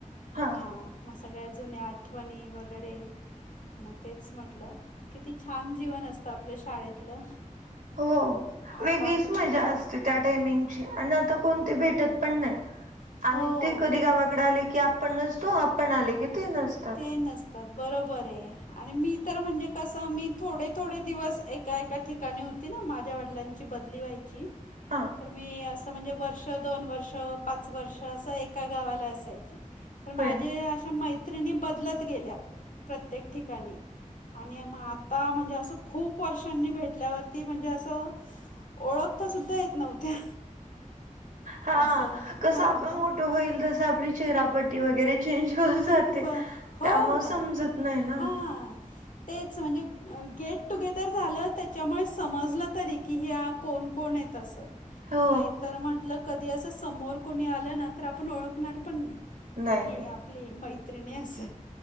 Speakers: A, on the right; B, on the left.
A: हा
B: हां. मग सगळ्या जुन्या आठवणी वगैरे. मग तेच म्हटलं किती छान जीवन असतं आपल्या शाळेतलं.
A: हो
B: आता
A: वेगळीच
B: आपण
A: मजा असते त्या टाइमिंगची आणि आता कोण ते भेटत पण नाहीत. आणि
B: हो
A: ते कधी गावाकडे आले की आपण नसतो. आपण आले की ते नसतात.
B: ते नसतात बरोबर आहे. आणि मी तर म्हणजे कस मी थोडे थोडे दिवस एका एका ठिक काणी होती ना. माझ्या वडिलांची बदली व्हायची.
A: हां
B: तर मी असं म्हणजे वर्ष, दोन वर्ष, पाच वर्ष असं एका गावाला असायची. तर माझ्या
A: होय ना.
B: अशा मैत्रिणी बदलत गेल्या प्रत्येक ठिकाणी आणि मग आता म्हणजे असं खूप वर्षांनी भेट ल्यावरती म्हणजे अस ओळखता सुद्धा येत नव्हत्या.
A: हा
B: असं
A: कसं
B: हो
A: आपण
B: ना
A: मोठं होईल तस आपली चेहरापट्टी वगैरे चेंज हो जाते
B: ब हो
A: त्यामुळे
B: ना
A: समजत नाही ना.
B: हां तेच म्हणजे गेट टुगेदर झालं त्याच्यामुळे समजलं तरी की ह्या कोण कोण आहेत असं?
A: हो
B: नाहीतर म्हटलं कधी असं समोर कोणी आलं ना, तर आपण ओळखणार पण नाही.
A: नाही
B: कि हे
A: नाही.
B: आपली मैत्रिणी आहे अस.